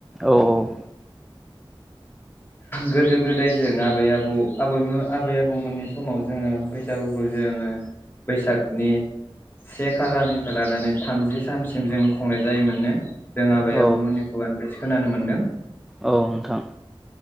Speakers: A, in the centre; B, on the left.
A: औ औ
B: गोदो गोदाय जों आबै आबौ आबैमोन आबै आबौमोननि समाव जोङो बैसागुखौ जोङो बैसागनि से खालारनिफ्राय लानानै थामजि सानसिम जों खुंनाय जायोमोननो जों आबै
A: औ
B: आबौमोननि खुगानिफ्रायसो खोनानो मोन्दों
A: औ नोंथां